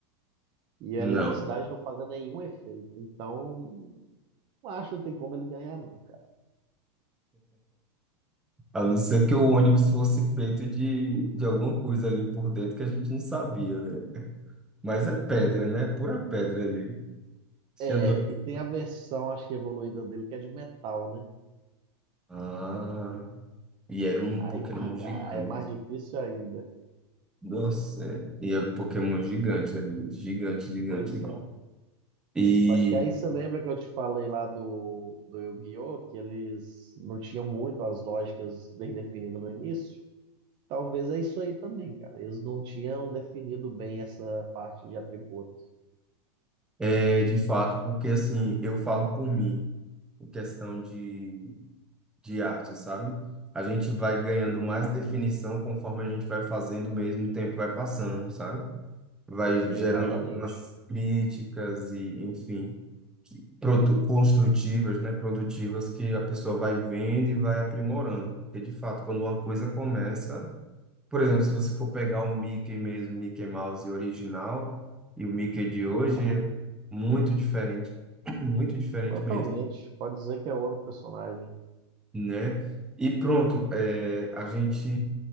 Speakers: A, on the right; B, in the centre.
A: E
B: não.
A: a eletricidade não fazia nenhum efeito. Então, não acho que tem como ele ganhar, não, cara.
B: A não ser que o Onix fosse feito de, de alguma coisa ali por dentro que a gente não sabia, né? Mas é pedra, né? Pura pedra ali. Tinha
A: É,
B: dois.
A: e tem a versão, acho que evoluída dele, que é de metal, né?
B: Ah, e era um
A: Aí
B: Pokémon
A: pi-
B: gigante.
A: aí é mais difícil ainda.
B: Nossa, é. E era um Pokémon gigante ali. Gigante, gigante.
A: Pois é.
B: E
A: Só que aí você lembra que eu te falei lá do, do Yu-Gi-Oh! que eles não tinham muito as lógicas bem definidas no início? Talvez é isso aí também, cara. Eles não tinham definido bem essa parte de atributo.
B: é de fato, porque assim, eu falo por mim, em questão de de arte, sabe? A gente vai ganhando
A: Hum.
B: mais definição conforme a gente vai fazendo mesmo, o tempo vai passando, sabe? Vai gerando
A: Exatamente.
B: Sim. algumas críticas e, enfim, produ- construtivas, né? Produtivas que a pessoa vai vendo e vai aprimorando. Porque, de fato, quando uma coisa começa... Por exemplo, se você for pegar o Mickey mesmo, Mickey Mouse original e o Mickey de
A: Uhum.
B: hoje, é muito diferente. <clears throat> Muito diferente
A: Totalmente.
B: mesmo.
A: Pode dizer que é outro personagem.
B: né? E pronto, é, a gente